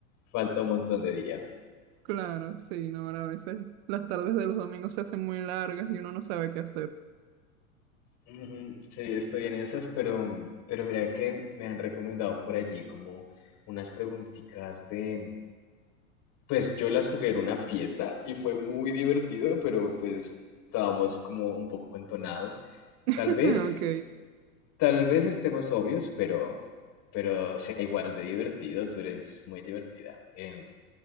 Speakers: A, on the left (about 45°); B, on the right (about 50°).
A: falta un montón de día.
B: Claro, sí, no, ahora a veces las tardes de los domingos se hacen muy largas y uno no sabe qué hacer.
A: Ujú, Sí, estoy en esas, pero, pero mira que me han recomendado por allí como unas preguntitas de, pues yo las jugué en una fiesta y fue muy divertido, pero pues estábamos como un poco entonados.
B: <laughs>
A: Tal vez,
B: Ok,
A: tal vez estemos sobrios, pero, pero sea igual de divertido, tú eres muy divertida. Em,